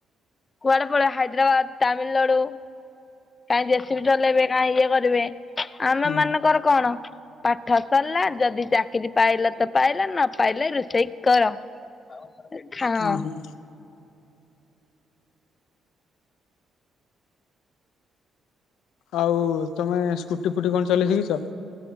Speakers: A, on the left; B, on the left.
A: କୁଆଡେ ପଳେଇବେ ହାଇଦ୍ରାବାଦ ତାମିଲନାଡୁ। <unintelligible> ଜଲେଇବେ ନା ଇଏ କରିବେ ଆମ
B: ହୁଁ
A: ମାନଙ୍କର କଣ ପାଠ ସରିଲା ଯଦି ଚାକିରି ପାଇଲ ତ ପାଇଲ ନ ପାଇଲେ ରୋଷେଇ କର। <unintelligible>
B: ହୁଁ ହୁଁ ଆଉ ତମେ ସ୍କୁଟି ଫୁଟି କଣ ଚଲେଇ ଶିଖିଛ?